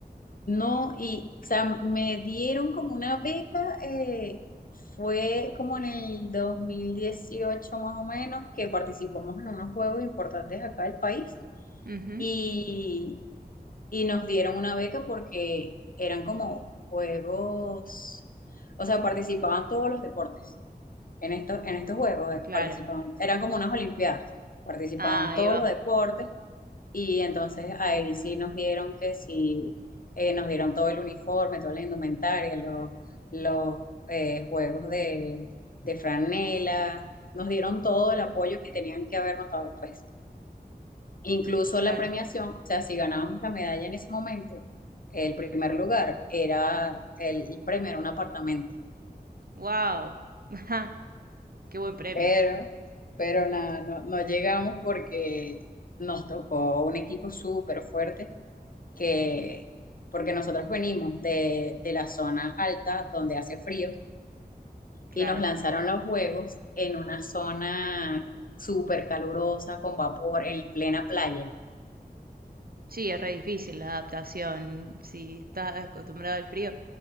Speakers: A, on the left; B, on the right.
A: no, y o sea, me dieron como una beca, eh, fue como en el 2018 más o menos, que participamos en unos juegos importantes acá del país.
B: Ujú,
A: Y y nos dieron una beca porque eran como juegos, o sea, participaban todos los deportes en estos, en estos juegos, eh,
B: claro.
A: participaban, eran como unas olimpiadas, participaban
B: Ah, ahí
A: todos
B: va.
A: los deportes y entonces ahí sí nos dieron que sí, eh, nos dieron todo el uniforme, toda la indumentaria, los, los eh, juegos de, de franela, nos dieron todo el apoyo que tenían que habernos dado, pues. Incluso
B: Claro.
A: la premiación, o sea, si ganábamos la medalla en ese momento, el primer lugar era el premio, era un apartamento.
B: Wow. <laughs> Qué buen premio.
A: Pero, pero nada, no, no llegamos porque nos tocó un equipo súper fuerte que,
B: Mm.
A: porque nosotros venimos de, de la zona alta donde hace frío
B: Claro.
A: y nos lanzaron los juegos en una zona súper calurosa, con vapor, en plena playa.
B: Sí, es re difícil la adaptación si estás acostumbrado al frío.